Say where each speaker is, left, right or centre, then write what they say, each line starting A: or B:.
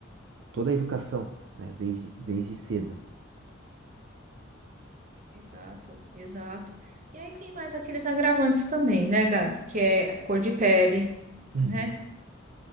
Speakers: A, on the right (about 65°); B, on the right (about 40°).
A: toda a educação, né? Desde, desde cedo.
B: exato, exato. E aí tem mais aqueles agravantes também, né, Gabi? Que é a cor de pele,
A: Uhum.
B: né?